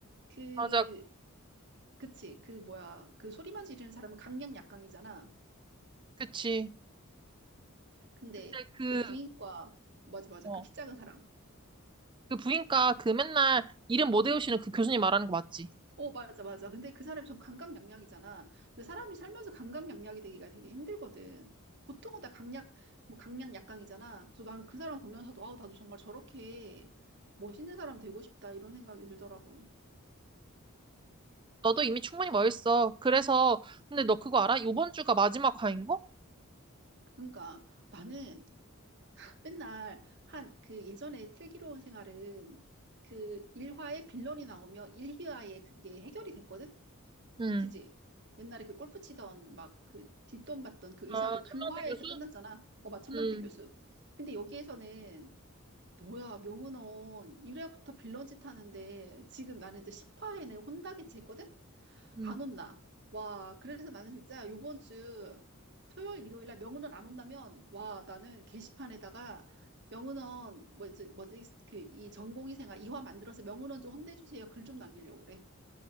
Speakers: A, on the right (about 55°); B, on the right (about 20°).
A: 그
B: 맞아.
A: 그치 그 뭐야 그 소리만 지르는 사람은 강약약강이잖아.
B: 그치.
A: 근데
B: 그때 그,
A: 그 부인과 맞아 맞아
B: 어,
A: 그 키 작은 사람
B: 그 부인과 그 맨날 이름 못 외우시는 그 교수님 말하는 거 맞지?
A: 어 맞아 맞아 근데 그 사람이 좀 강강약약이잖아 근데 사람이 살면서 강강약약이 되기가 되게 힘들거든 보통은 다 강약 뭐 강약 약강이잖아 그래서 나는 그 사람 보면서도 아우 나도 정말 저렇게 멋있는 사람 되고 싶다 이런 생각이 들더라고
B: 너도 이미 충분히 멋있어. 그래서 근데 너 그거 알아? 요번 주가 마지막 화인 거?
A: 그러니까 나는 맨날 한 그 예전에 슬기로운 생활은 그 1화에 빌런이 나오면 1화에 그게 해결이 됐거든
B: 응.
A: 그지? 옛날에 그 골프 치던 막 그 뒷돈 받던 그
B: 아,
A: 의사도 그
B: 천명태
A: 화에서
B: 교수?
A: 끝났잖아. 어, 마천명태
B: 응.
A: 교수. 근데 여기에서는 뭐야, 명은원 1회부터 빌런 짓 하는데 지금 나는 이제 10화에는 혼나게지 했거든?
B: 응.
A: 안 혼나. 와, 그래서 나는 진짜 요번 주 토요일, 일요일 날 명은원 안 혼나면 와, 나는 게시판에다가 명은원 뭐지 뭐지 그 이 전공의생활 이화 만들어서 명은원 좀 혼내주세요. 글 좀 남기려고 그래.